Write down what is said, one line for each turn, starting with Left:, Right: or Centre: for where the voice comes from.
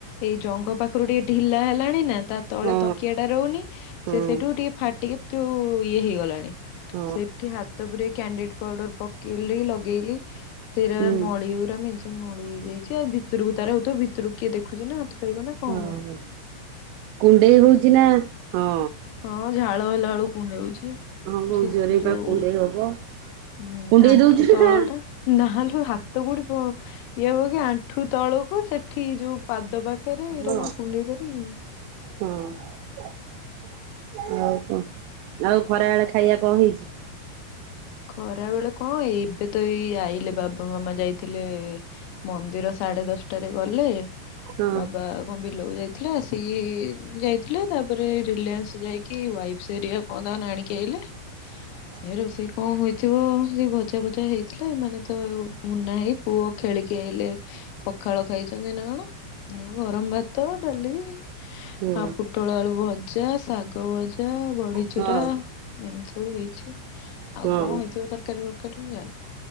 Left: ଏଇ ଜଘଂ ପାଖରୁ ଟିକେ ଢିଲା ହେଲାଣି ନା। ତା ତଳେ
Right: ହଁ
Left: ତକିଆ ଟା ରହୁନି
Right: ହଁ।
Left: ସେ ସେଇଠକୁ ଟିକେ ଫାଟିକି। କିନ୍ତୁ ଇଏ ହେଇଗଲାଣି
Right: ହଁ
Left: ସେଠି ହାତ ପୁରେଇକି କ୍ୟାଣ୍ଡିଡି ପାଉଡର। ପକେଇଲେ ଲଗେଇଲି। ସେଇଟା
Right: ହୁଁ
Left: ମଳି ଗୁରା ମେଞ୍ଚେ ମଳି ହେଇଯାଇଛି ଆଉ ଭିତରକୁ ତାର ହଉଥିବ ଭିତରକୁ ଦେଖୁଛି ନା ହାତ ପାଇବନା ନା କଣ
Right: ହଁ
Left: ହବ।
Right: କୁଣ୍ଡେଇ ହଉଛି ନା। ହଁ।
Left: ହଁ ଝାଳ ହେଲା ବେଳକୁ କୁଣ୍ଡେଇ ହଉଛି।
Right: ହଁ ବୋହୁତ
Left: ସେ
Right: ଜୋରରେ
Left: ଯୋଉ
Right: ବା କୁଣ୍ଡେଇ ହବ।
Left: ହୁଁ
Right: କୁଣ୍ଡେଇ
Left: ଆଣ୍ଠୁ
Right: ଦଉଛୁ
Left: ତଳ
Right: ନା।
Left: ଟା। ନହେଲେ ହାତ ଗୋଠି ଇଏ ହବ କି ଆଣ୍ଠୁ ତଳକୁ ସେଠି ଯୋଉ। ପାଦ ପାଖରେ
Right: ହଁ
Left: ଏଇଟା କଣ କୁଣ୍ଡେଇ ପାରିବି।
Right: ହଁ ଆଉ କଣ। ଆଉ ଖରାବେେଳେ ଖାଇବା କଣ ହେଇଛି।
Left: ଖରା ବେଳେ କଣ ଏବେ ତ ଏଇ ଆଇଲେ ବାବା ମାମା ଯାଇଥିଲେ। ମନ୍ଦିର ସାଢେ ଦଶଟାରେ ଗଲେ
Right: ହଁ
Left: ବାବା। ବିଲକୁ ଯାଇଥିଲା ଆସିକି ଯାଇଥିଲା ତାପରେ ରିଲାନ୍ସ ଯାଇକି ୱାଇଫସ ହେରିକା। ଆଣିକି ଆଇଲେ।
Right: ହ।
Left: ଏ ରୋଷେଇ କଣ ହେଇଥିବ। ସେ ଭଜା ଫଜା ହେଇଥିଲା ଏମାନେ ତ ମୁନାଭାଇ ହେଇ ପୁଅ ଖେଳିକି ଆଇଲେ। ପଖାଳ ଖାଇଛନ୍ତି ନା କଣ ଗରମ ଭାତ ଡାଲି
Right: ହୁଁ
Left: ଆଉ। ପୋଟଳଆଳୁଭଜା, ଶାଗ ଭଜା, ବଢିଚୁରା
Right: ହଁ
Left: ଏମିତି ସବୁ ହେଇଛି। ଆଉ
Right: ହଁ।
Left: କଣ ହେଇଥିବ ତରକାରୀ ଫରକାରୀ ମୁଁ ଜାଣିନି।